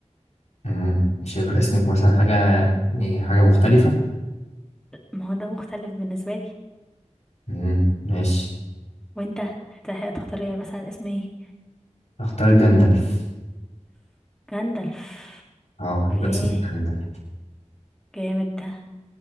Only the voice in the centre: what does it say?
ما هو ده مختلف بالنسبة لي
وانت هت- هتختار إيه؟ مثلا اسم ايه
جندلف
اوكي
جامد ده